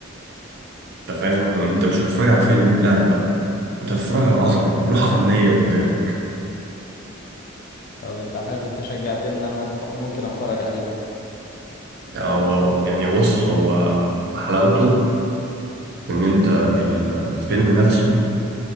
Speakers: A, on the right; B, on the left.
A: أنت فاهم يعني أنت مش هتتفرج على فيلم لا لا لا أنت هتتفرج على عظمة لوحة فنية قدامك
B: طب انت حلو انت شجعتني ان انا مف- ممكن اتفرج عليه
A: أو أو- يعني بص هو حلاوته إن أنت ال- الفيلم نفسه